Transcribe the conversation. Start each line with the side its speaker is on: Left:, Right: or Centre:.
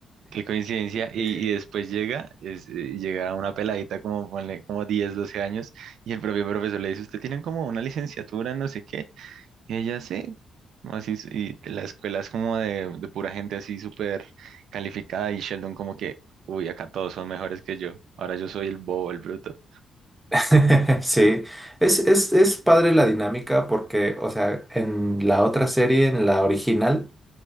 Right: Qué coincidencia. Y,
Centre: Sí,
Right: y después llega, es, eh, llega una peladita como, ponle, como 10 12 años y el propio profesor le dice, usted tiene como una licenciatura, en no sé qué. Y ella sí, como así, s- y la escuela es como de, de pura gente así súper calificada y Sheldon como que, uy, acá todos son mejores que yo. Ahora yo soy el bobo, el bruto.
Centre: <laughs> Sí. es, es, es padre la dinámica porque, o sea, en la otra serie, en la original,